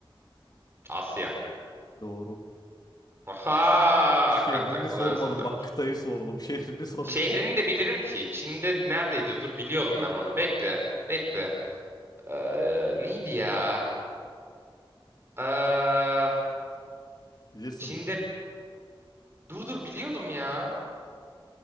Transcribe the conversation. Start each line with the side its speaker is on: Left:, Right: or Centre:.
Right: Asya.
Left: Doğru.
Right: Aha!
Left: Şehrini
Right: Hakikaten kolay
Left: sormadım.
Right: hazırlanmış.
Left: Bak kıtayı sordum. <laughs> Şehrini sormadım.
Right: Şehrini de bilirim ki. Çin'de neredeydi? Dur biliyordum ben onu. Bekle. Bekle. Ee, neydi ya? Ee,
Left: Bilirsin
Right: Çin'de...
Left: lan.
Right: Dur dur biliyordum ya.